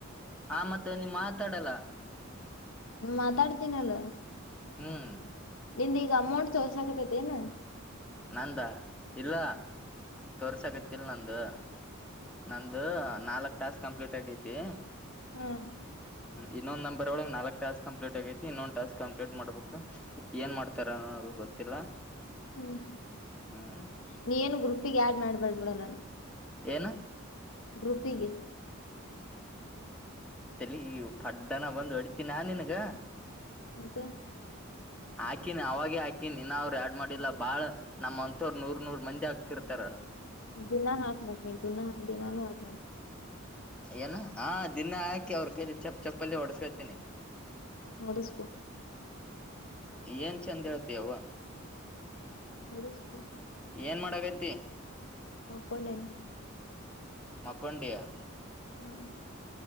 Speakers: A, in the centre; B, on the left.
A: ಆ ಮತ್ತೆ ನೀ ಮಾತಾಡಲ್ಲ.
B: ಹ್ಮ ಮಾತಾಡ್ತೀನ ಅಲೋ.
A: ಹ್ಮ್
B: ನಿಂದ್ ಈಗ ಅಮೌಂಟ್ ತೋಸಕತತಿ ಏನು.
A: ನಂದ ಇಲ್ಲ. ತೋರ್ಸಕತಿಲ್ ನಂದು ನಂದು ನಾಲ್ಕ್ ಟಾಸ್ಕ್ ಕಂಪ್ಲೀಟ್ ಆಗೈತಿ.
B: ಹ್ಮ್
A: ಇನ್ನೊಂದ್ ನಂಬರ್ ಒಳ ನಾಲ್ಕ್ ಟಾಸ್ಕ್ ಕಂಪ್ಲೀಟ್ ಆಗೈತಿ ಇನ್ನೊಂದ ಟಾಸ್ಕ್ ಕಂಪ್ಲೀ ಟ್ ಮಾಡ್ಬೇಕು ಏನ್ ಮಾಡ್ತಾರ ಅವರು. ಗೊತ್ತಿಲ್ಲ.
B: ಹ್ಮ್
A: ಹ್ಮ್
B: ನೀ ಏನು ಗ್ರೂಪಿಗೆ ಆಡ್ ಮಾಡ್ ಬ್ಯಾಡ್ಬಿಡು ನನ್ನ.
A: ಏನ
B: ಗ್ರೂಪಿಗೆ
A: ತಲಿಗೆ ಪಫಡ್ಡನ ಬಂದು ಹೊಡ್ತೀನ ನಿನಗ.
B: ಯಾಕೆ
A: ಹಾಕಿನಿ ಅವಾಗೆ ಹಾಕಿನಿ ಇನ್ನ ಅವ್ರು ಯಾಡ್ ಮಾಡಿಲ್ಲಾ ಬಾಳ ನಮ್ಮ್ಂತ್ತೋರು ನೂರ್ ನೂರ್ ಮಂದಿ ಆಕ್ತಿರ್ತಾರ.
B: ದಿನಾ ಹಾಕ್ ಮಾಡನ ದಿನ ದಿನಾನು ಹಾಕ್
A: ಏನ ಹಾ ದಿನಾ ಹಾಕಿ ಅವ್ರ ಕೈಲಿ ಚಪ್ಪ್ ಚಪ್ಪಲ್ಲಿ ಹೊಡುಸ್ಕೊತಿನಿ.
B: ಹೊಡುಸ್ಕೊ
A: ಏನ್ ಚಂದ ಏಳ್ತಿಯವ್ವ.
B: ಹೊಡುಸ್ಕೋ.
A: ಏನ್ ಮಾಡಕ್ಕತ್ತಿ.
B: <unintelligible> ಕ್ಕೊಂಡನ್.
A: ಮಕ್ಕೊಂಡಿಯಾ.
B: ಹ್ಮ